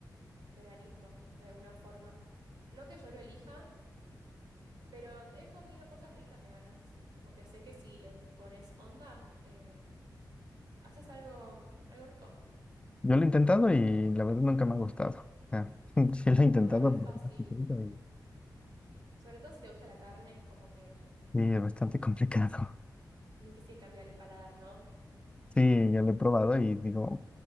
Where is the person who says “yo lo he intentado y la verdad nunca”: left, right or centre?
Left